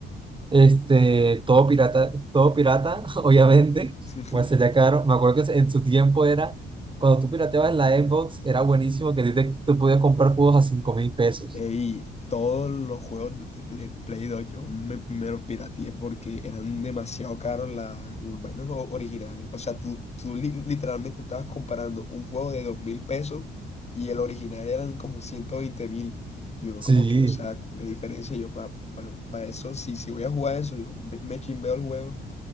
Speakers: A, on the right; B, on the left.
A: este, todo pirata, todo pirata, <laughs> obviamente,
B: <laughs>
A: pues sería caro, me acuerdo que en su tiempo era, cuando tú pirateabas en la Xbox, era buenísimo que a ti te- tú podías comprar juegos a cinco mil pesos,
B: Y todos los juegos de de Play, Play 2 yo me, me los pirateé porque eran demasiado caros la- los vainos o- originales. O sea, tú, tú li- literalmente estabas comparando un juego de dos mil pesos y el original eran como ciento veinte mil. Y uno
A: sí,
B: como que, o sea, ¿cuál es la diferencia? Yo para eso, si, si voy a jugar eso, yo me, me chimbeo el juego